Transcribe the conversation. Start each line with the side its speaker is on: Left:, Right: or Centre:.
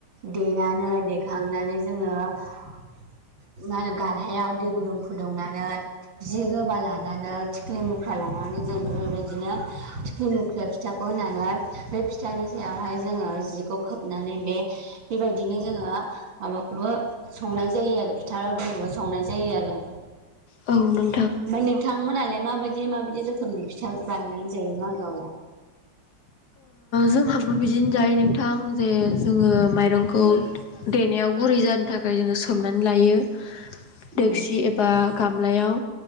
Right: देनानै देखांनानै जोङो माहोनो गारहथायाव दै गुदुं फुदुंनानै जि गोबा लानानै थिंख्लि मुख्रा लानानै जों बे बेबायदिनो थिख्लि मुख्रि फिथाखौ होननानै बे फिथानि हाय जोङो जिखौ खोबनानै बे बेबायदिनो जोङो माबाखौ स संनाय जायो आरो फिथाराव लावदुमखौबो संनाय जायो आरो
Left: औ नों
Right: ओमफफ्राय नोंथांमोनहालाय माबायदि माबायदि रोखोमनि फिथा बानायनानै जायो मागोआवला
Left: जोंहाबो बिदिनो जायो नोंथां जे जोङो माइरंखौ देनायाव गुरै जानो थाखाय जोङो सोमनानै लायो दोक्सि
Right: उम
Left: एबा गामलायाव